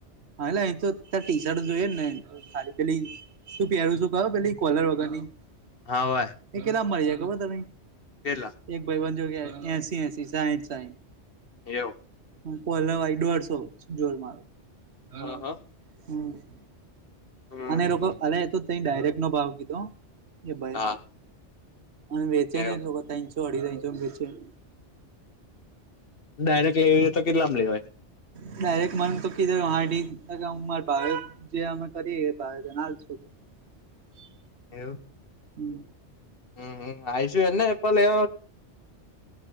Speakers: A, on the right (about 65°); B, on the left (about 55°).
A: હા એ તો ત ટી શર્ટ જોએ ને ખાલી પેલી-તું પહેરું શું કરો પેલી કોલર વગર ની-એ
B: હા હોય
A: કેટલા મળી- ખબર તમે-એક
B: કેટલા
A: ભાઈ બન જો કે એસી એસી સાહીઠ સાહીઠ
B: એવું
A: હ પલાવાાઈ દોઢસો જોજ મારું હલો-હમ
B: હા હા હમ
A: અને લોકો અ તો ત ડાયરેક્ટ નો ભાવ કીધો-કે ભાઈ
B: હા
A: અને વેચ્યા
B: એવું
A: ને લોકો તો અઢી તો વેચ્યા-
B: ડાયરેક્ટ લેવીએ તો કેટલામ લેવાય
A: ડાયરેક્ટ મને તો કીધ હ મારા ભાવ જે અમે કરીએ છો કે-હ
B: એવું
A: હમ
B: હમ હમ આ આવીશું એને એ પલે-